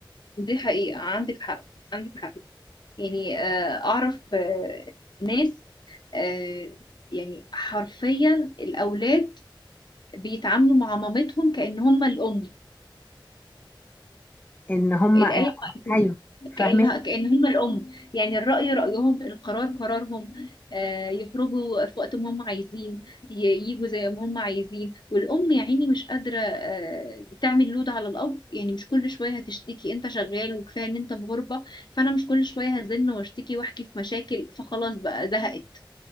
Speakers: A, on the left; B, on the left.
A: دي حقيقه عندك حق عندك حق يعني آه، اعرف آه، ناس آه، يعني حرفيا الاولاد بيتعاملوا مع مامتهم كأن هم الام
B: إن هم
A: الآية
B: آه، أيوه فاهمة
A: كأنها كأنهم الأم يعني الرأي رأيهم القرار قرارهم آه، يخرجوا في وقت ما هم عايزين ي- يجوا زي ما هم عايزين والأم يا عيني مش قادرة آه، تعمل لود على الأب يعني مش كل شوية هتشتكي أنت شغال وكفاية إن أنت في غربة فأنا مش كل شوية هزن واشتكي وأحكي في مشاكل فخلاص بقى زهقت